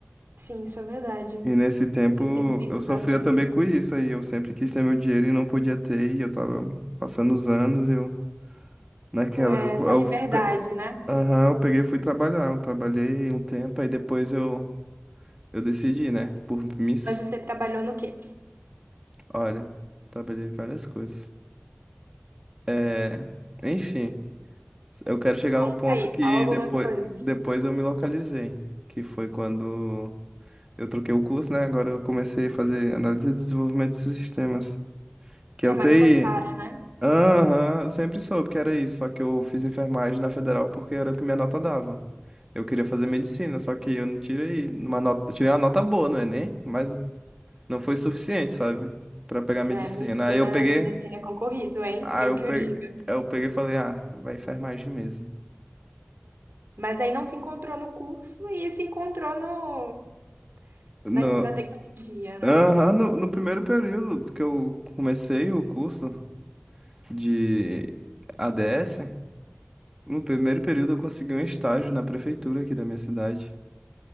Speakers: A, on the right (about 65°); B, on the right (about 15°).
A: Sim, isso é verdade.
B: E nesse tempo
A: Eu sinto isso
B: eu sofria
A: bastante.
B: também com isso aí. Eu sempre quis ter meu dinheiro e não podia ter, e eu tava passando os anos, eu naquela
A: É,
B: eu,
A: essa
B: eu,
A: liberdade,
B: pe-
A: né?
B: aham, eu peguei e fui trabalhar. Eu trabalhei um tempo, aí depois eu, eu decidi, né? Por mis...
A: Mas você trabalhou no quê?
B: Olha, trabalhei em várias coisas. É, enfim, eu quero chegar
A: Conta
B: num ponto
A: aí,
B: que
A: fala algumas
B: depois,
A: coisas.
B: depois eu me localizei, que foi quando Eu troquei o curso, né? Agora eu comecei a fazer análise e desenvolvimento de sistemas, que
A: Que
B: é o
A: é mais
B: TI.
A: sua cara, né?
B: Aham, eu sempre soube que era isso, só que eu fiz enfermagem na federal porque era o que minha nota dava. Eu queria fazer medicina, só que eu não tirei uma nota, eu tirei uma nota boa no Enem, mas não foi suficiente, sabe? Pra pegar
A: É,
B: medicina.
A: medicina,
B: Aí eu peguei,
A: medicina é concorrido, hein?
B: aí
A: Eu
B: eu
A: que
B: peguei,
A: o diga.
B: eu peguei e falei, ah, vai enfermagem mesmo.
A: Mas aí não se encontrou no curso e se encontrou no,
B: No,
A: na, na tecnologia, né?
B: aham, no, no primeiro período que eu comecei o curso de ADS, No primeiro período eu consegui um estágio na prefeitura aqui da minha cidade.